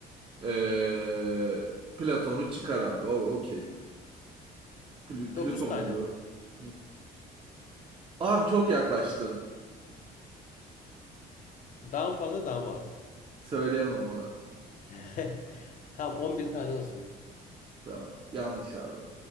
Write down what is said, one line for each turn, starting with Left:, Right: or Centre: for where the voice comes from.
Right: Ee, Platon'u çıkar abi. O okey. Plü- Plüto
Left: dokuz tane
Right: muydu?
Left: mi?
Right: Hı. Abi çok yaklaştın.
Left: Daha mı fazla daha mı az?
Right: Söyleyemem ona.
Left: <laughs> Tamam 11 tane olsun.
Right: Tamam. Yanlış abi.